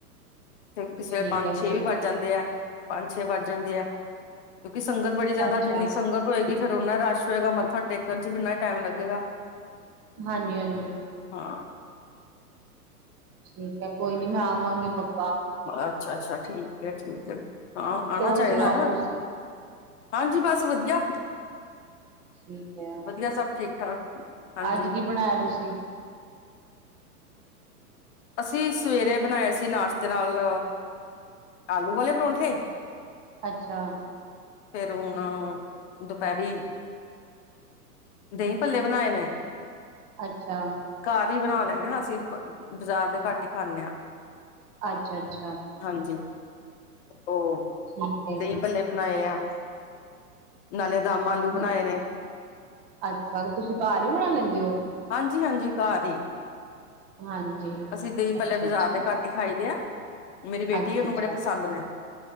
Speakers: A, on the left; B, on the right.
A: ਤੇ ਕਿਸੇ
B: ਠੀਕ
A: ਵੇਲੇ ਪੰਜ-ਛੇ
B: ਹੈ ਜੀ
A: ਵੀ ਵੱਜ ਜਾਂਦੇ ਐ, ਪੰਜ-ਛੇ ਵੱਜ ਜਾਂਦੇ ਐ। ਕਿਉਕਿ ਸੰਗਤ ਬੜੀ ਜਾਦਾ,
B: ਅੱਛਾ
A: ਜਿੰਨੀ ਸੰਗਤ ਹੋਏਗੀ ਫੇਰ ਓਨ ਰਸ਼ ਹੋਏਗਾ ਮੱਥਾ ਟੇਕਨ 'ਚ ਵੀ ਇਨਾਂ ਈ ਟਾਈਮ ਲੱਗੇਗਾ।
B: ਹਾਂਜੀ-ਹਾਂਜੀ।
A: ਹਾਂ।
B: ਠੀਕ ਐ, ਕੋਈ ਨੀ ਮੈ ਆਵਾਂਗੀ ਪ-
A: ਅੱਛਾ-ਅੱਛਾ ਠੀਕ ਐ, ਠੀਕ ਐ ਹਾਂ ਆਨਾ
B: ਹੋਰ
A: ਚਾਈਦਾ
B: ਸੁਣਾਓ
A: ਐ।
B: ਤੁਸੀਂ
A: ਹਾਂਜੀ ਬਸ ਵਦੀਆ।
B: ਠੀਕ ਐ।
A: ਵਦੀਆ ਸਭ ਠੀਕ ਠਾਕ। ਹਾਂਜੀ
B: ਅੱਜ ਕੀ ਬਣਾਇਆ ਤੁਸੀਂ?
A: ਅਸੀ ਸਵੇਰੇ ਬਨਾਏ ਸੀ ਨਾਸ਼ਤੇ ਨਾਲ ਆਲੂ ਵਾਲੇ ਪਰੌਂਠੇ।
B: ਅੱਛਾ।
A: ਫੇਰ ਹੁਨ ਦੁਪੈਰੀ ਦਈ ਭੱਲੇ ਬਨਾਏ ਨੇਂ।
B: ਅੱਛਾ।
A: ਘਰ ਈ ਬਨਾ ਲੈਂਨੇ ਨਾ ਅਸੀਂ, ਬ ਬਜ਼ਾਰ ਦੇ ਘੱਟ ਈ ਖਾਂਨੇਂ ਆਂ।
B: ਅੱਛਾ- ਅੱਛਾ।
A: ਹਾਂਜੀ ਔਰ
B: ਠੀਕ ਹੈ
A: ਦਹੀਂ
B: ਜੀ।
A: ਭੱਲੇ ਬਣਾਏ ਆ। ਨਾਲੇ ਦੰਮ ਆਲੂ
B: ਹੂੰ,
A: ਬਣਾਏ ਨੇਂ।
B: ਅੱਛਾ, ਤੇ ਤੁਸੀ ਘਰ ਵੀ ਬਣਾ ਲੈਂਦੇ ਹੋ?
A: ਹਾਂਜੀ-ਹਾਂਜੀ ਘਰ ਹੀ,
B: ਹਾਂਜੀ
A: ਅਸੀਂ ਦਹੀਂ
B: ਅੱਛਾ
A: ਭੱਲੇ ਬਾਜ਼ਾਰ
B: ਅੱਛਾ
A: ਦੇ ਘਟ ਈ ਖਾਈ ਦੇ ਆ। ਮੇਰੀ ਬੇਟੀ
B: ਅੱਛਾ
A: ਹੈ, ਉਹਨੂੰ
B: ਅੱਛਾ
A: ਬੜੇ ਪਸੰਦ ਨੇਂ।